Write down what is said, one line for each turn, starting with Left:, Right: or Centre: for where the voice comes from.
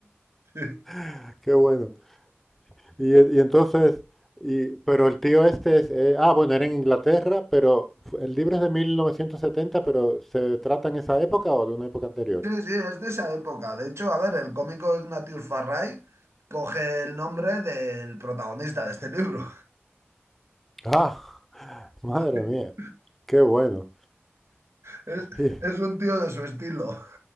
Right: <laughs>
Centre: <laughs> qué bueno. Y, e- y entonces, y, pero el tío este es, eh, ah, bueno, era en Inglaterra, pero fu- el libro es de mil novecientos setenta pero ¿se trata en esa época o de una época anterior?
Right: Sí, sí, es de esa época. De hecho, a ver, el cómico Ignatius Farray coge el nombre del protagonista de este libro.
Centre: Ah, <laughs> madre
Right: <laughs>
Centre: mía, qué bueno.
Right: Es,
Centre: Y,
Right: es un tío de su estilo.